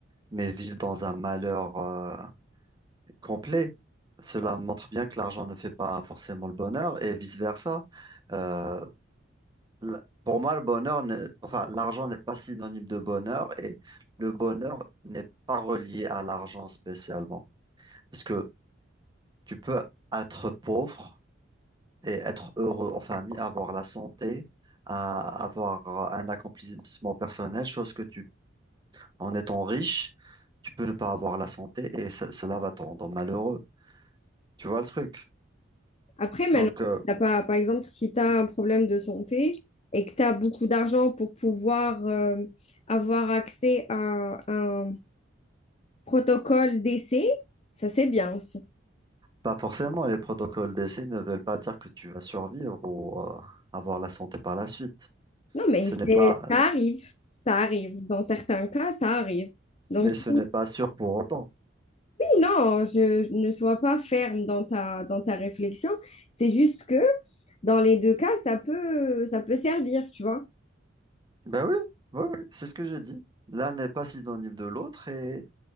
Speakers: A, on the right (about 25°); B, on the left (about 35°).
A: mais vivent dans un malheur euh, complet. Cela montre bien que l'argent ne fait pas forcément le bonheur et vice-versa. Euh, l- pour moi, le bonheur, n'est- enfin, l'argent n'est pas synonyme de bonheur et le bonheur n'est pas relié à l'argent spécialement. Parce que tu peux être pauvre et être heureux en famille, avoir la santé à avoir un accomplissement personnel, chose que tu En étant riche, tu peux ne pas avoir la santé et ce- cela va te rendre malheureux. Tu vois le truc?
B: Après, maintenant,
A: Donc,
B: si
A: euh,
B: t'as pas, par exemple, si tu as un problème de santé et que tu as beaucoup d'argent pour pouvoir euh, avoir accès à un protocole d'essai, ça c'est bien aussi.
A: pas forcément, les protocoles d'essai ne veulent pas dire que tu vas survivre ou euh, avoir la santé par la suite.
B: Non, mais
A: Ce
B: c'est-
A: n'est pas,
B: ça arrive, ça arrive. Dans certains cas, ça arrive. Donc,
A: mais ce
B: oui,
A: n'est pas sûr pour autant.
B: non, je ne sois pas ferme dans ta, dans ta réflexion. C'est juste que dans les deux cas, ça peut, ça peut servir, tu vois.
A: Ben oui, oui, oui, c'est ce que j'ai dit. L'un n'est pas synonyme de l'autre et